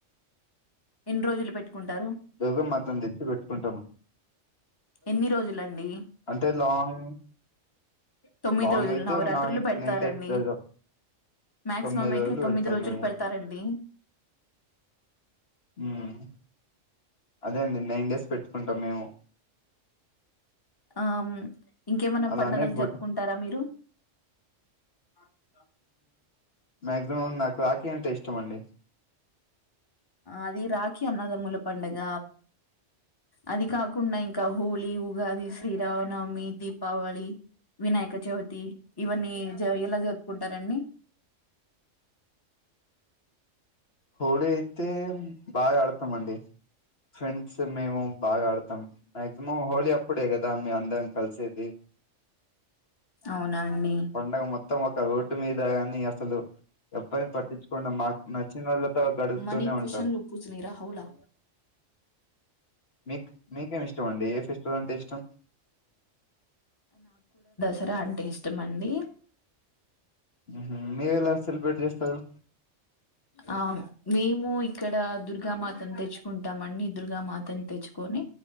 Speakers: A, on the left; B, on the left.
A: ఎన్ని రోజులు పెట్టుకుంటారు
B: దుర్గ మాత తెచ్చి పెట్టుకుంటామండి
A: ఎన్ని రోజులండి
B: అంటే లాంగ్
A: తొమ్మిది
B: లాంగ్
A: రోజులు
B: అయితే
A: నవరాత్రులు
B: ఒక నై
A: పెడతారండి
B: నైన్ డేస్ దాదాపు
A: మాక్సిమం
B: తొమ్మిది రోజులు
A: అయితే తొమ్మిది
B: పెడతాం
A: రోజులు
B: మేము
A: పెడతారండి
B: మ్మ్ అదే అండి నైన్ డేస్ పెట్టుకుంటాం మేము
A: ఆ ఇంకేమనా
B: అలానే
A: పండగలు
B: గుడ్
A: జరుపుకుంటారా మీరు ఆ
B: మాక్సిమం నాకు రాఖీ అంటే ఇష్టం అండి
A: అది రాఖీ అన్నదముల పండుగ అది కాకుండా ఇంకా హోలీ ఉగాది శ్రీ రావనవమి దీపావళి వినాయక చవితి ఇవన్నీ జ ఎలా జరుపుకుంటారండి
B: హోలీ అయితే బాగా ఆడతాం అండి ఫ్రెండ్స్ మేము బాగా ఆడతాం మ్యాక్సిమమ్ హోలీ అప్ ప్పుడే కదా మేము అందరం కలిసేది
A: అవునా అండి
B: పండగ మొత్తం ఒక రోడ్డు మీద కాని అసలు ఎబ్బ పట్టిచ్చుకుండా మాక్ నచ్చిన వాళ్ళతో గడుపుతూనే
A: మనీ
B: ఉంటాం
A: క్వశ్చన్లు పూచనీరా హౌలా
B: మిక్ మీకేమి ఇష్టం అండి ఏ ఫెస్టివల్ అంటే ఇష్టం
A: సర అంటే ఇష్టం అండి
B: మ్మ్ మీ ఊళ్ల అసల్ పెట్ చేస్తారు
A: ఆ మేము ఇక్కడ దుర్గామాతను తెచ్చుకుంటామండి దుర్గామాతను తెచ్చుకొని